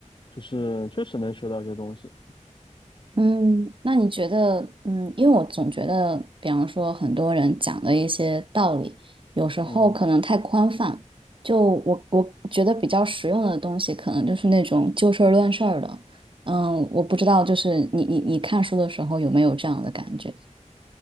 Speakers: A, on the left; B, on the right.
A: 就是确实能学到一些东西。
B: 嗯，那你觉得，嗯，因为我总觉得，比方说很多人讲的一些道理，有时候可能太宽泛。
A: 嗯。
B: 就我我觉得比较实用的东西，可能就是那种就事儿论事儿的。嗯，我不知道，就是你你你看书的时候有没有这样的感觉？